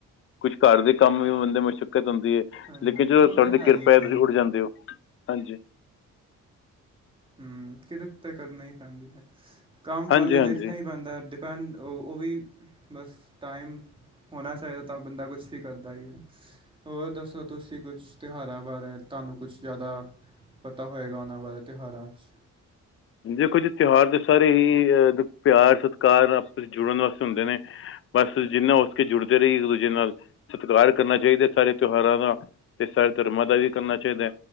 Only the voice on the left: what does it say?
ਕੁਝ ਘਾਰ ਦੇ ਕਾੰਮ ਵੀ ਬੰਦੇ ਮੁਸ਼ੱਕਤ ਹੋਂਦੀ ਏ,
ਲੇਕਿਨ ਜੋਂ
ਤੂਆਡੇ
ਕਿਰਪਾ
ਐ, ਤੂਸੀ ਉੱਠ ਜਾਂਦੇ ਓ। ਹਾਂਜੀ।
ਹਾਂਜੀ
ਹਾਂਜੀ
ਦੇਖੋ ਜੀ ਤਿਉਹਾਰ ਦੇ ਸਾਰੇ ਹੀ ਅ ਪੇਆਰ, ਸਤਕਾਰ ਆਪਸ ਇਚ ਜੁੜਨ ਵਸਤੇ ਹੁੰਦੇ ਨੇ। ਬਸ ਜਿੰਨਾ ਹੋ ਸਕੇ, ਜੁੜਦੇ ਰਹੀਏ ਇੱਕ ਦੂਜੇ ਨਾਲ ਸਤਿਕਾਰ ਕਰਨਾ ਚਾਹੀਦਾ ਸਾਰੇ ਤਿਉਹਾਰਾਂ ਦਾ, ਤੇ ਸਾਰੇ ਧਰਮਾਂ ਦਾ ਵੀ ਕਰਨਾ ਚਾਹੀਦਾ।